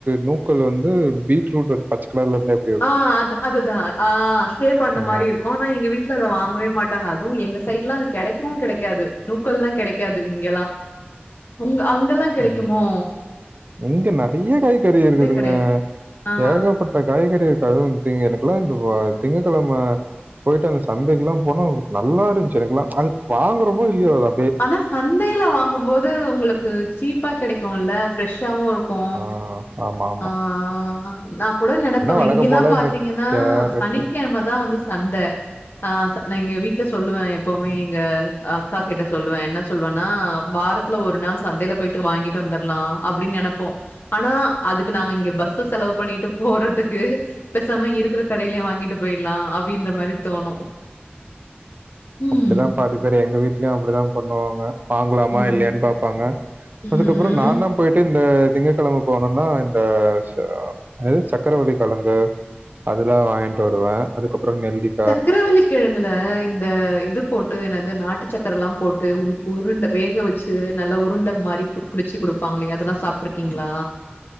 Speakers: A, on the right (about 45°); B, on the left (about 60°).
A: நூக்கல் வந்து பீட்ரூட் வந்து பச்சகலர்ல இருந்தா எப்
B: ஆ அது அதுதா ஆ ஸ்டே பண்ண
A: ஆ
B: மாரி இருக்கு ஆனா எங்க வீட்ல அத வாங்கவே மாட்டாங்க அதும் எங்க சைடுலா அது கெடைக்கவு கெடைக்காது நூக்கல்லா கெடைக்காது இங்கல்லா உங்க அங்கல்லா கெடைக்குமோ
A: ம் இங்க நெறைய காய்கறி இருக்குதுங்க
B: கிடையாது. ஆ.
A: ஏகபட்ட காய்கறியிருக்கு அதுவு திங் எனக்கெல்லா இந்த திங்ககெழம போயிட்டு அந்த சந்தைக்குல்லா போனா நல்லா இருஞ்சு எனக்குலா அது வாங்குறமோ இல்லையோ அத
B: ஆனா சந்தைல வாங்கும்போது உங்களுக்கு சீப்பா கெடைக்கும்ல ஃப்ரெஷ்ஷாவு இருக்கு
A: ஆ ஆமா
B: ஆ ஆ நா கூட நெனப்பங்க
A: வழக்கம்
B: இங்கெல்லா
A: போல
B: பாத்தீங்கன்னா
A: இந்த கேரட்
B: சனிக்கெழமதா வந்து சந்த ஆ நா இங்க வீட் ட்ல சொல்லுவ எப்பவுமே இங்க அக்கா கிட்ட சொல்லுவே என்ன சொல்லுவன்னா வாரத் துல ஒரு நாள் சந்தையில போயிட்டு வாங்கிட்டு வந்துரலா அப்டின்னு நெனப்போ ஆனா அதுக்கு நாங்க இங்க பஸ்ஸு செலவு பண்ணிட்டு போறதுக்கு பேசாம இருக்கிற கடையிலயே வாங்கிட்டு போயிடலா அப்டின்ற மாரி தோணு ம்
A: அப்டிதா பாதி பேரு எங்க வீட்லயு அப்டித்தா பண்ணுவாங்க வாங்கலாமா
B: ம்
A: இல்லையான் பாப்பாங்க
B: ம்
A: அதுக்கப்புற
B: ம்
A: நா தா போயிட்டு இந்த திங்ககெழமை போனுனா இந்த ஷ அது சக்கரவள்ளி கெழங்கு அதெல்லா வாங்கிட்டு வருவ அதுக்கப்பற நெல்லிக்
B: சக்கரவள்ளிகிழங்குல இந்த இது போட் டு ன்னாது நாட்டு சக்கரல்லா போட்டு உண் உருண்ட வேக வச்சு நல்லா உருண்ட மாரி பு புடிச்சு குடுப்பாங்கலே அதெல்லா சாப்ட்டுருக்கீங்ளா